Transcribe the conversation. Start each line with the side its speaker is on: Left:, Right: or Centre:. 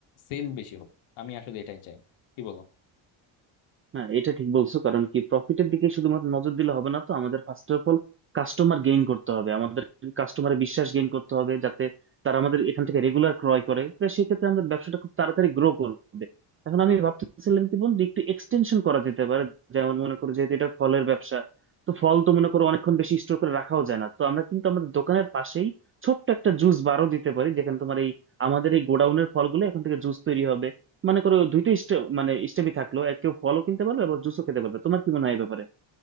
Left: সেল বেশি হোক আমি আসলে এটাই চাই কি বলো
Right: না এটা ঠিক বলছো কারণ কি প্রফিটের দিকে শুধুমাত্র নজর দিলে হবে না তো আমাদের first of all customer gain করতে হবে আমাদের কাস্টমারে বিশ্বাস গেইন করতে হবে যাতে তারা আমাদের এখান থেকে রেগুলার ক্রয় করে তো সেক্ষেত্রে আমাদের ব্যবসাটা খুব তাড়াতাড়ি গ্রো করবে এখন আমি ভাবতেছিলাম কি বন্ধু একটু এক্সটেনশন করা যেতে পারে যেমন মনে করো যেহেতু এটা ফলের ব্যবসা তো ফল তো মনে করো অনেকক্ষণ বেশি স্টোর করে রাখাও যায় না তো আমরা কিন্তু আমাদের দোকানের পাশেই ছোট্ট একটা জুস বারও দিতে পারি যেখানে তোমার এই আমাদের এই গোডাউনের ফলগুলো এখান থেকে জুস তৈরি হবে মানে করো দুইটা স্টে মানে স্টেপই থাকলো এক কেউ ফলও কিনতে পারবে আবার জুসও খেতে পারবে তোমার কি মনে হয় এই ব্যাপারে